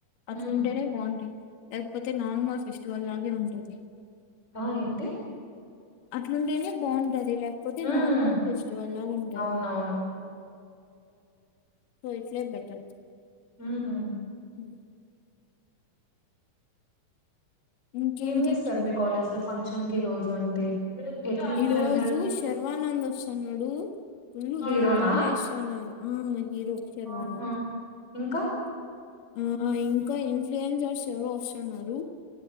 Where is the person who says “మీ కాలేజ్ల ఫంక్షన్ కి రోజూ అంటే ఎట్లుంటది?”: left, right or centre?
Left